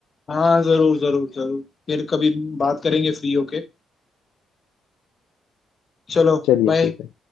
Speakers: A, on the left; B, on the left.
A: हाँ जरूर जरूर जरूर फिर कभी बात करेंगे फ्री होके चलो
B: चलिए
A: बाय
B: ठीक है